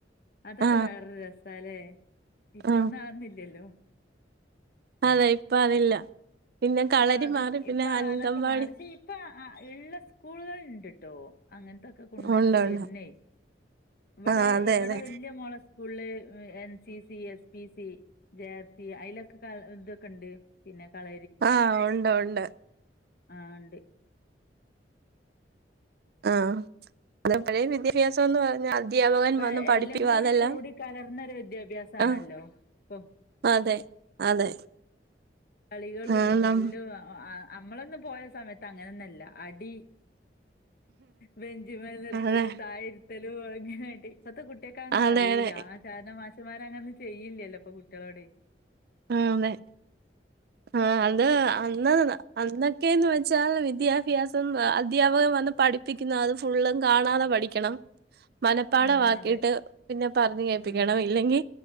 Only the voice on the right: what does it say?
ആ
ആ
അതെ ഇപ്പൊ അതില്ല പിന്നെ
കളരി
മാറി പിന്നെ
അംഗൻവാടി
ഉണ്ട് ഉണ്ട്.
ആ അതെ
അതെ.
ആ ഒണ്ട് ഒണ്ട്
ആ അത്പ്പഴേ വിദ്യാഭ്യാസ <unintelligible> പറഞ്ഞ അധ്യാപകൻ
വന്ന് പഠിപ്പി
അതല്ല
ആ
അതെ അതെ
ആ നം
അതെ
അതെ
അതെ. അതെ
ആ തെ ആ അത് അന്ന് അന്നൊക്കെന്ന് വെച്ചാൽ വിദ്യാഭ്യാസം അധ്യാപകൻ വന്ന് പഠിപ്പിക്കുന്നത് ഫുള്ളും കാണാതെ പഠിക്കണം മനപ്പാഠമാക്കിയിട്ട്
പിന്നെ പറഞ്ഞു കേപ്പിക്കണം
ഇല്ലെങ്കി